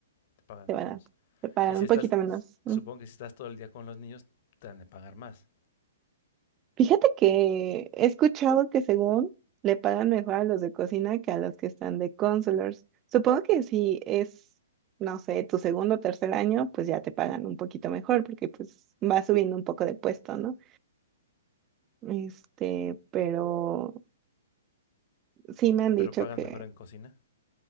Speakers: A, on the left (about 50°); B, on the right (about 25°).
A: te pagan
B: te van
A: menos.
B: a, te pagan
A: Y si
B: un
A: estás,
B: poquito menos.
A: s- supongo que si estás todo el día con los niños, te han de pagar más.
B: Fíjate que he escuchado que según le pagan mejor a los de cocina que a los que están de counselors. Supongo que si es, no sé, tu segundo o tercer año, pues ya te pagan un poquito mejor porque pues va subiendo un poco de puesto, ¿no? Este, pero sí me han dicho
A: Pero pagan
B: que
A: mejor en cocina.